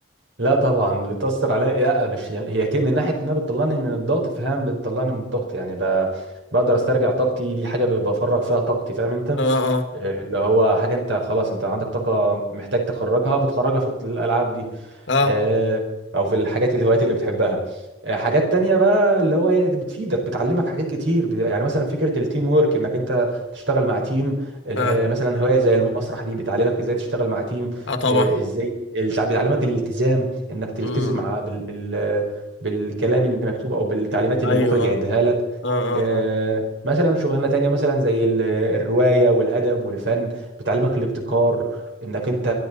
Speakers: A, on the right (about 75°); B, on the left (about 80°).
A: لا طبعا بتأثر عليا لا مش هي كده من ناحية انها بتطلعني من الضغط فاهم بتطلعني من الضغط يعني ب... بقدر استرجع طاقتي دي حاجة ب- بفرغ فيها طاقتي فاهم انت
B: اه اه
A: إيه اللي هو حاجة انت خلاص انت عندك طاقة محتاج تخرجها بتخرجها في الت- الألعاب دي
B: اه
A: آه، او في الحاجات الهوايات اللي بتحبها آه، حاجات تانية بقى اللي هو هي بتفيدك بتعلمك حاجات كتير بت- يعني مثلا فكرة التيم وورك انك انت تشتغل مع تيم اله-
B: اه
A: مثلا هواية زي المسرح دي بتعلمك ازاي تشتغل مع تيم
B: اه طبعا
A: آه، ازاي التع- بتعلمك الالتزام انك تلتزم
B: امم
A: ع- بال... بال... بالكلام اللي مكتوب او بالتعليمات اللي
B: ايوه
A: المخرج
B: اه
A: هيديها لك
B: اه
A: آه،
B: اه
A: مثلا شغلانة تانية مثلا زي ال- الرواية والأدب والفن بتعلمك الابتكار انك انت